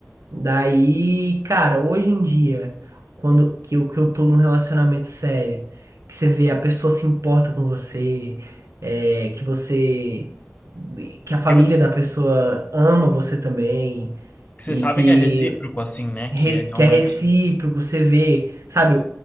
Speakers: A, on the right (about 80°); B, on the left (about 30°).
A: Daí, cara, hoje em dia, quando que eu, que eu tô num relacionamento sério, que você vê a pessoa se importa com você, é, que você. que a família
B: Que você,
A: da pessoa ama você também
B: que você
A: e
B: sabe
A: que,
B: que é recíproco, assim, né?
A: re-
B: Que é realmente.
A: que é recíproco, você vê, sabe?